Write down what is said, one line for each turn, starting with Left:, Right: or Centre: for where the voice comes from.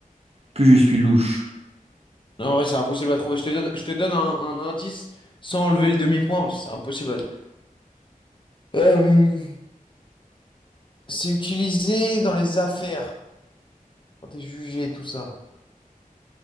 Right: plus je suis louche.
Left: Non, ouais, c'est impossible à trouver. Je te donne, je te donne un, un indice sans enlever le demi-point parce que c'est impossible à... Euh, c'est utilisé dans les affaires quand t'es jugé, tout ça.